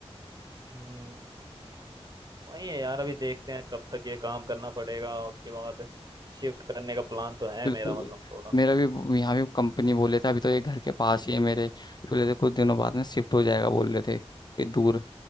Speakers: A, on the right (about 40°); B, on the left (about 40°).
A: हम्म वही है यार अभी देखते हैं कब तक ये काम करना पड़ेगा उसके बाद शिफ्ट करने का प्लान तो है
B: बिल्कुल
A: मेरा मतलब थोड़ा
B: मेरा भी यहाँ भी कंपनी बोले थे अभी तो ये घर के पास ही है मेरे फिर बोले थे कुछ दिनों बाद में शिफ्ट हो जाएगा बोल रहे थे कहीं दूर